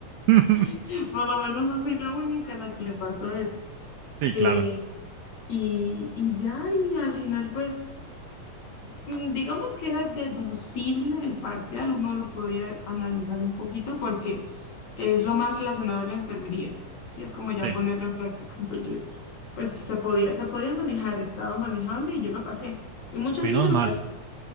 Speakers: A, on the right; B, on the left.
A: <laughs>
B: <laughs> por lo menos no soy la única a la que le pasó eso.
A: Sí,
B: Eh,
A: claro.
B: Y, y ya, y al final, pues, mm, digamos que era deducible el parcial, uno lo podía analizar un poquito porque es lo más relacionado a la enfermería, sí, es como
A: Sí.
B: ya ponerlo en práctica. Entonces, pues se podía, se podía manejar, estaba manejable y yo lo pasé. Y mucha
A: Menos
B: gente lo
A: mal.
B: pasó.